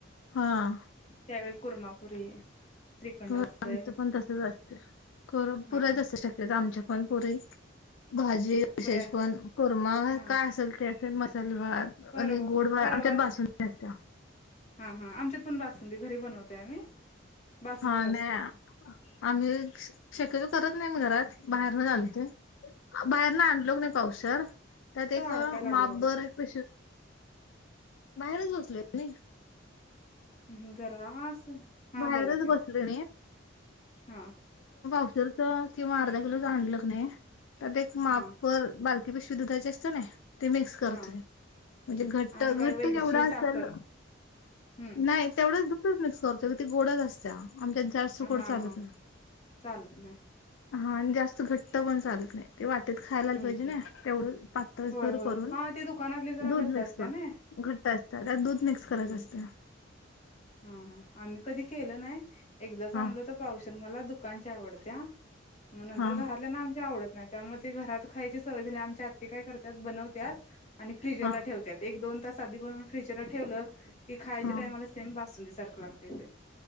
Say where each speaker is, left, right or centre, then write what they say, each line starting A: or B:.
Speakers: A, on the left (about 80°); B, on the left (about 35°).
A: हा
B: त्यावेळी कुर्मापुरी श्रीखंड
A: होय
B: असतय
A: आमच पण तसच असतय खर
B: हा
A: पुऱ्या तस करत्यात आमच्यात पण पुरी भाजी विशेष
B: पुऱ्या
A: पण कुरमा
B: हा
A: काय असल ते ते म होय
B: परवा
A: आणि गोड म आमच्यात
B: परवाच
A: बासुंदी असतीया.
B: हा हा आमच्यात पण बासुंदी घरी बनवतोय आम्ही बासुंदीच
A: हा
B: असत्या
A: नाही आम्ही शक्यतो करत नाही मी घरात बाहेरन आणतोय बाहेरन आणलो कणी पावशेर त्यात एक
B: अडकाय लागलं
A: माप
B: बघा
A: भर क बाहेरच बसलोय कनी
B: हम् जरा अस हा
A: बाहेरच
B: बोला कि
A: बसलोय मी
B: हा
A: हरच किवा अर्ध कलोच आणल नाही त्यात एक माप
B: हा
A: भर बार कि बेशुद्धाचे असतय ना ते मिक्स करतोय
B: हा
A: म्हणजे घट्ट
B: आणि
A: घट्ट
B: काय वेलची
A: केवढ असल
B: साखर हम्म
A: नाही तेवढ बसदुमतल प्लस काँरचर ते गोडच असत्या आणि आमच्यात जास्त
B: हा
A: गोड चालत
B: हा
A: नाही
B: चालत नाही
A: हा आणि जास्त घट्ट पण चालत नाही ते वा त्यात खायला आल
B: हम्म
A: पाहिजे
B: हम्म
A: ना तेवढं पातळसर
B: होय होय
A: करून
B: हा ते दुकानातली जरा
A: दूध
B: घट्ट
A: मिक्स
B: असत्या
A: कर
B: ना
A: घट्ट असतात त्यात दूध मिक्स करायचं
B: हम्म
A: असत रहा
B: हा हा आम्ही कधी केलं नाही एकदाच
A: हा
B: आणलो तो पावशर मला दुकानची आवडत्या मग नंतर
A: हा
B: घरातल्याना आमच्या आवडत नाही त्यामध्ये घरात खायची सवय झाली आमच्या आत्ती काय करत्यात बनवत्यात आणि फ्रिजरला
A: हा
B: ठेवत्यात एक दोन तास आधी बनवून फ्रिजरला ठेवलं. कि खायच्या
A: हा
B: टाईमाला. बासुंदी सारक लागतय ते.